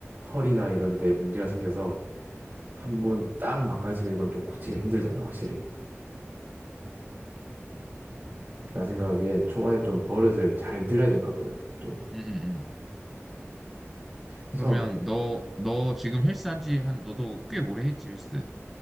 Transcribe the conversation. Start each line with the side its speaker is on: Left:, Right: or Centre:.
Right: 허리나 이런 데 문제가 생겨서
Centre: 응,
Right: 한번 딱 망가지면 이건 좀 고치기가 힘들잖아, 확실히. 내가 생각하기에 초반에 좀 버릇을 잘 들어야 된 것 같거든, 좀.
Centre: 응, 응. 응. 그러면
Right: 그래서,
Centre: 너, 너 지금 헬스 한지 한, 너도 꽤 오래 했지, 헬스.